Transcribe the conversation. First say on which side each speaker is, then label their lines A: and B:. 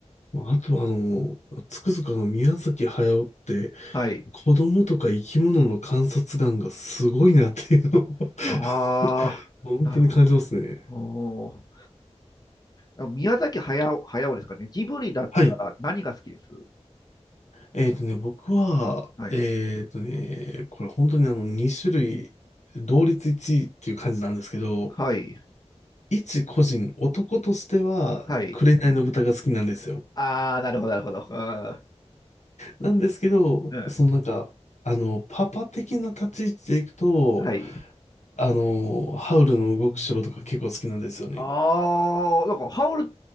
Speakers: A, on the left; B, on the left.
A: あとはあの、つくづくあの、宮崎駿って、
B: はい。
A: 子供とか生き物の観察眼がすごいなっていうのを
B: ああ、
A: <laughs> 本当に感じますね。
B: なるほど。おーあ宮崎駿、駿ですかね。ジブリだったら何が好きです
A: はい。えっとね、僕は、
B: はい。
A: えっとね、これ本当にあの2種類、同率1位っていう感じなんですけど、
B: はい。
A: 一個人、男としては、
B: はい。
A: 紅の豚が好きなんですよ。
B: ああ、なるほど、なるほど。
A: なんですけど、
B: うん。うん
A: そのなんか、あの、パパ的な立ち位置でいくと、
B: はい。
A: あの、ハウルの動く城とか結構好きなんですよね。
B: ああ、なんか、ハウル